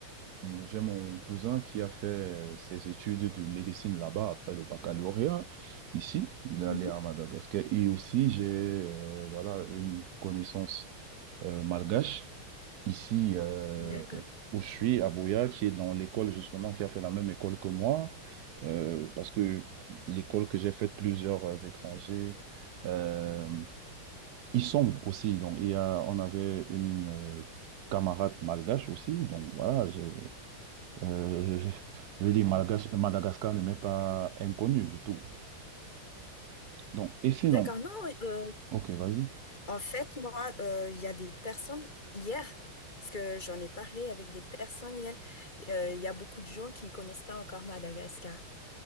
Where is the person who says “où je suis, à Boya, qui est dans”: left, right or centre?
Right